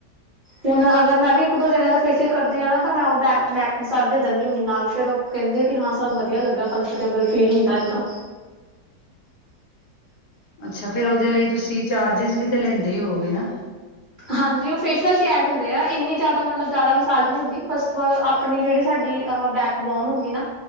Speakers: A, on the right (about 40°); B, on the left (about 70°).
A: ਹੁਣ ਅਗਰ ਮੈਂ ਵੀ ਇੱਕ ਦੋ ਜਣਿਆਂ ਫੇਸ਼ੀਅਲ ਕਰਦੀ ਹਾਂ ਨਾ ਤਾਂ ਮੈਂ ਉਹ ਬੈਕ ਮਸਦੇ ਦਿੰਦੀ ਹੁੰਦੀ ਨਾਲ ਫਿਰ ਉਹ ਕਹਿੰਦੇ ਆ ਕਿ ਹਾਂ ਸਾਨੂੰ ਵਧੀਆ ਲੱਗਿਆ ਕੰਫਰਟੇਬਲ ਫੀਲ ਹੁੰਦਾ ਏਦਾਂ
B: ਅੱਛਾ ਫੇਿਰ ਉਹਦੇ ਲਈ ਤੁਸੀਂ ਚਾਰਜਿਸ ਵੀ ਤੇ ਲੈਂਦੇ ਹੀ ਹੋਵੋਗੇ ਨਾ
A: ਹਾਂਜੀ ਉਹ ਫੇਸ਼ੀਅਲ ਚ ਐਡ ਹੁੰਦੀ ਇੰਨੀ ਜਿਆਦਾ ਮਤਲਬ ਜਿਆਦਾ ਮਸਾਜ ਨੀ ਹੁੰਦੀ ਬਸ ਆਪਣੀ ਜਿਹੜੀ ਸਾਡੀ ਆਹ ਬੈਕ ਬੋਨ ਹੁੰਦੀ ਨਾ